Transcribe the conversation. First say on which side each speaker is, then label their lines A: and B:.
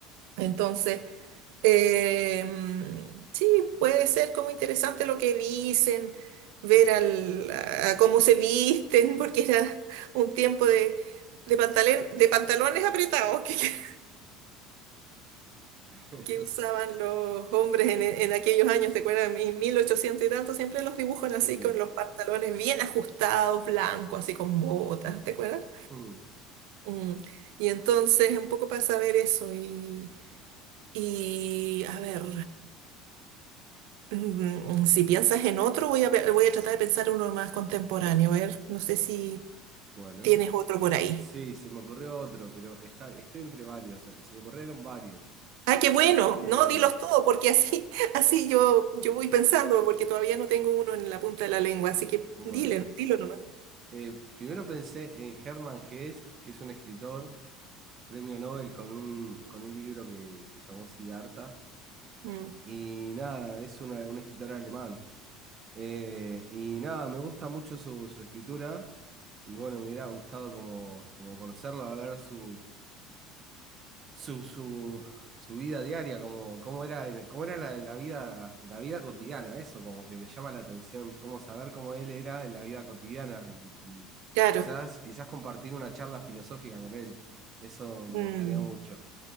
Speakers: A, on the right; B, on the right.
A: Entonces, eh, sí, puede ser como interesante lo que dicen, ver al, a cómo se visten, <laughs> porque era un tiempo de, de, pantalen- de pantalones apretados que, que-
B: <laughs>
A: que usaban los hombres en, en aquellos años, ¿te acuerdas? En 1800 y tanto, siempre los dibujan
B: Sí.
A: así, con los pantalones bien ajustados, blancos, así con botas, ¿te acuerdas?
B: mm.
A: Mm, Y entonces, un poco para saber eso y, y a ver. Mm, Si piensas en otro, voy a, pe- voy a tratar de pensar uno más contemporáneo. A ver, no sé si
B: Bueno,
A: tienes
B: eh,
A: otro por ahí.
B: sí, se me ocurrió otro, pero está, estoy entre varios. eh, Se me ocurrieron varios.
A: Ah, qué bueno.
B: Porque,
A: No, dilos todo, porque así, <laughs> así yo, yo voy pensando, porque todavía no tengo uno en la punta de la lengua. Así que
B: bueno,
A: dile, dilo nomás.
B: eh, primero pensé en Hermann Hesse, que es un escritor, premio Nobel con un, con un libro que se llamó Siddhartha.
A: Mm,
B: Y nada, es una- un escritor alemán Eh, y nada, me gusta mucho su, su escritura y bueno, me hubiera gustado como, como conocerlo, a ver su, su, su, su vida diaria, como, cómo era, en- cómo era la, la vida, en la vida cotidiana, eso como que me llama la atención, cómo saber cómo él era en la vida cotidiana y, y
A: claro.
B: quizás, quizás compartir una charla filosófica con él, eso me
A: Mm,
B: gustaría mucho.